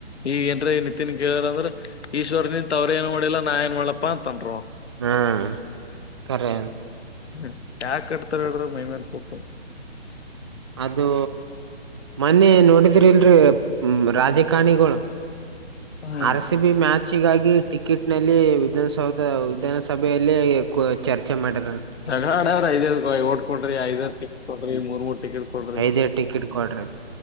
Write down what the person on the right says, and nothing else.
ಹ್ಞ್, ಕರೆೇನೆ
ಅದು ಮೊನ್ನೆ ನೋಡಿದ್ರಿಲ್ರಿ ರಾಜಕಾಣಿಗಳು
ಆರ್ ಸಿ ಬಿ ಮ್ಯಾಚಿಗಾಗಿ ಟಿಕೆಟ್ ನಲ್ಲಿ ವಿಧಾನಸೌಧ ವಿಧಾನಸಭೆಯಲ್ಲಿ- ಚರ್ಚೆ ಮಾಡರಂತ.
ಐದ-ಐದ ಟಿಕೆಟ್ ಕೊಡ್ರಿ ಅಂತ.